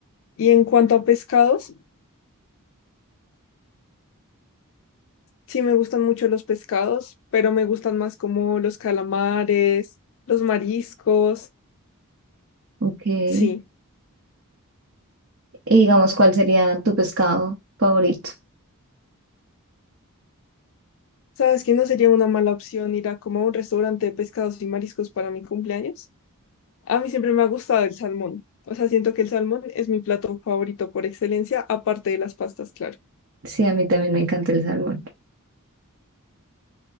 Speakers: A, on the left; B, on the right.
A: Y en cuanto a pescados, sí me gustan mucho los pescados, pero me gustan más como los calamares, los mariscos.
B: Ok. Y
A: Sí.
B: digamos, ¿cuál sería tu pescado favorito?
A: ¿Sabes que no sería una mala opción ir a como a un restaurante de pescados y mariscos para mi cumpleaños? A mí siempre me ha gustado el salmón. O sea, siento que el salmón es mi plato favorito por excelencia, aparte de las pastas, claro.
B: Sí, a mí también me encanta el salmón.